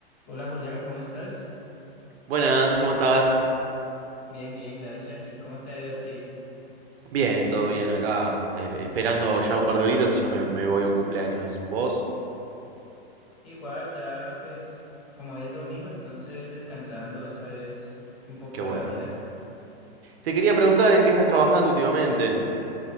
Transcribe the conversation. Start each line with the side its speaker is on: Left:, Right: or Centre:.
Left: Hola Julián, ¿cómo estás?
Right: Buenas, ¿cómo estás?
Left: Bien, bien, gracias. ¿Y cómo te ha ido a ti?
Right: Bien, todo bien acá, es- esperando ya un par de horitas y ya me, me voy a un cumpleaños. ¿Vos?
Left: Igual, ya pues como hoy es domingo, entonces descansando, ¿sabes? Un poco
Right: Qué
Left: de
Right: bueno.
Left: la vida.
Right: Te quería preguntar en qué estás trabajando últimamente.